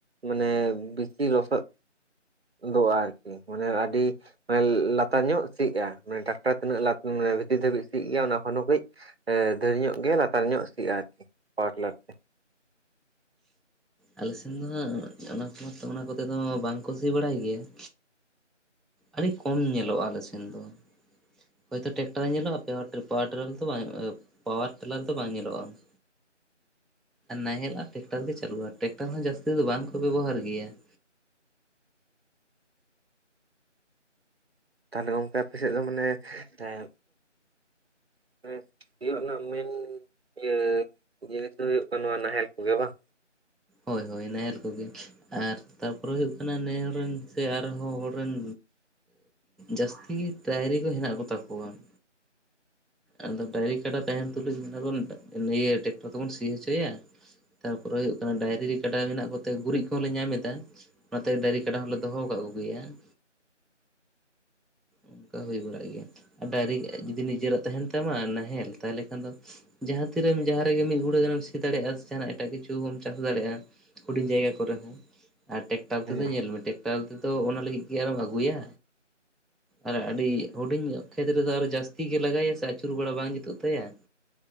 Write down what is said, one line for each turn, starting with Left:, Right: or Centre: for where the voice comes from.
Right: ᱢᱟᱱᱮ ᱵᱤᱥᱤ ᱞᱚᱥᱚᱫ ᱫᱚᱜ-ᱟ ᱟᱨᱠᱤ ᱢᱟᱱᱮ ᱟᱹᱰᱤ ᱢᱟᱱᱮ ᱞᱟᱛᱟᱨ ᱧᱚᱜ ᱥᱤᱜ-ᱟ ᱢᱟᱱᱮ ᱴᱟᱠᱴᱟᱨ ᱛᱤᱱᱟᱹᱜ ᱞᱟᱛ ᱵᱷᱤᱛᱤᱨ ᱫᱷᱟᱹᱵᱤᱡ ᱥᱤᱜ ᱜᱮᱭᱟ ᱚᱱᱟ ᱠᱷᱚᱱ ᱦᱚᱸ ᱠᱟᱹᱡ ᱮᱸ ᱫᱷᱮᱨ ᱧᱚᱜ ᱜᱮ ᱞᱟᱛᱟᱨ ᱧᱚᱜ ᱥᱤᱜᱼᱟ ᱟᱨᱠᱤ ᱯᱟᱣᱟᱨᱴᱤᱞᱟᱹᱨ ᱛᱮ ᱾
Centre: ᱟᱞᱮ ᱥᱮᱱ ᱫᱚ ᱦᱟᱸᱜ ᱚᱱᱟ ᱠᱚᱢᱟ ᱛᱚ ᱚᱱᱟ ᱠᱚᱛᱮ ᱫᱚ ᱵᱟᱝ ᱠᱚ ᱥᱤ ᱵᱟᱲᱟᱭ ᱜᱮᱭᱟ ᱾ ᱟᱹᱰᱤ ᱠᱚᱢ ᱧᱮᱞᱚᱜᱼᱟ ᱟᱞᱮ ᱥᱮᱱ ᱫᱚ ᱾ ᱦᱚᱭᱛᱚ ᱴᱠᱴᱟᱨ ᱧᱮᱞᱚᱜᱼᱟ <unintelligible> ᱯᱟᱣᱟᱨ ᱴᱮᱞᱟᱨ ᱫᱚ ᱵᱟᱝ ᱯᱟᱣᱟᱨ ᱴᱮᱞᱟᱨ ᱫᱚ ᱵᱟᱝ ᱧᱮᱞᱚᱜᱼᱟ ᱾ ᱱᱟᱦᱮᱞ ᱟᱨ ᱴᱮᱠᱴᱟᱨ ᱜᱮ ᱪᱟᱹᱞᱩᱜᱼᱟ, ᱴᱮᱠᱴᱟᱨ ᱦᱚᱸ ᱡᱟᱹᱥᱛᱤ ᱫᱚ ᱵᱟᱝ ᱠᱚ ᱵᱮᱵᱚᱦᱟᱨ ᱜᱮᱭᱟ ᱾
Right: ᱛᱟᱦᱚᱞᱮ ᱜᱚᱝᱠᱮ ᱟᱯᱮ ᱥᱮᱫ ᱫᱚ ᱢᱟᱱᱮ ᱮᱸ <unintelligible> ᱥᱤᱭᱳᱜ ᱨᱮᱱᱟᱜ ᱢᱮᱱ ᱤᱭᱟᱹ ᱡᱤᱱᱤᱥ ᱫᱚ ᱦᱩᱭᱩᱜ ᱠᱟᱱᱟ ᱱᱚᱣᱟ ᱱᱟᱦᱮᱞ ᱠᱚᱜᱮ ᱵᱟᱝ?
Centre: ᱦᱳᱭ ᱦᱳᱭ ᱱᱟᱦᱮᱞ ᱠᱚᱜᱮ ᱾ ᱟᱨ ᱛᱟᱯᱚᱨᱮ ᱦᱩᱭᱩᱜ ᱠᱟᱱᱟ ᱱᱮᱦᱚᱲ ᱨᱮᱱ ᱥᱮ ᱟᱨᱦᱚᱸ ᱦᱚᱲ ᱨᱮᱱ ᱡᱟᱥᱛᱤ ᱰᱟᱭᱨᱤ ᱠᱚ ᱦᱮᱱᱟᱜ ᱠᱚ ᱛᱟᱠᱚᱣᱭᱟ ᱾ ᱟᱫᱚ ᱰᱟᱭᱨᱤ ᱠᱟᱰᱟ ᱛᱟᱦᱮᱱ ᱛᱩᱞᱩᱡ ᱢᱮᱱᱟ ᱵᱚᱱ ᱱᱤᱭᱟᱹ ᱴᱮᱠᱴᱚᱨ ᱛᱮᱵᱚᱱ ᱥᱤ ᱦᱚᱪᱚᱭᱟ ᱾ ᱛᱟᱨᱯᱚᱨᱮ ᱦᱩᱭᱩᱜ ᱠᱟᱱᱟ ᱰᱟᱭᱨᱤ ᱨᱮ ᱠᱟᱰᱟ ᱢᱮᱱᱟᱜ ᱠᱚᱛᱮ ᱜᱩᱨᱤᱡ ᱠᱚᱦᱚᱸᱞᱮ ᱧᱟᱢ ᱮᱫᱟ ᱾ ᱚᱱᱟᱛᱮ ᱰᱟᱝᱨᱤ ᱠᱟᱰᱟ ᱦᱚᱸᱞᱮ ᱫᱚᱦᱚ ᱠᱟᱜ ᱠᱚᱜᱮᱭᱟ ᱾ ᱚᱝᱠᱟ ᱦᱩᱭ ᱵᱟᱲᱟᱜ ᱜᱮᱭᱟ ᱟᱨ ᱰᱟᱭᱨᱤ ᱡᱩᱫᱤ ᱱᱤᱡᱮᱨᱟᱜ ᱛᱟᱦᱮᱱ ᱛᱟᱢᱟ ᱱᱟᱦᱮᱞ ᱛᱟᱦᱚᱞᱮ ᱠᱷᱟᱱ ᱫᱚ ᱡᱟᱦᱟᱸ ᱛᱤᱨᱮᱢ ᱡᱟᱦᱟᱸ ᱨᱮᱜᱮ ᱢᱤᱫ ᱜᱷᱩᱲᱟᱹ ᱜᱟᱱᱮᱢ ᱥᱤ ᱫᱟᱲᱮᱜᱼᱟ, ᱥᱮ ᱡᱟᱦᱟᱱᱟᱜ ᱮᱴᱟᱜ ᱠᱤᱪᱷᱩ ᱦᱚᱢ ᱪᱟᱥ ᱫᱟᱲᱮᱜᱼᱟ ᱾ ᱦᱩᱰᱤᱧ ᱡᱟᱭᱜᱟ ᱠᱚᱨᱮ ᱦᱚᱸ, ᱟᱨ ᱴᱮᱠᱴᱟᱨ
Right: ᱦᱩᱸ
Centre: ᱛᱮᱫᱚ ᱧᱮᱞ ᱢᱮ ᱴᱮᱠ ᱴᱟᱨ ᱛᱮᱫᱚ ᱚᱱᱟ ᱞᱟᱹᱜᱤᱫ ᱠᱤ ᱟᱨᱚᱢ ᱟᱹᱜᱩᱭᱟ? ᱟᱨ ᱟᱹᱰᱤ ᱦᱩᱰᱤᱧ ᱧᱚᱜ ᱠᱷᱮᱛ ᱨᱮᱫᱚ ᱟᱨ ᱡᱟᱹᱥᱛᱤ ᱜᱮ ᱞᱟᱜᱟᱭᱟ ᱥᱮ ᱟᱹᱪᱩᱨ ᱵᱟᱲᱟ ᱵᱟᱝ ᱡᱩᱛᱩᱜ ᱛᱟᱭᱟ ᱾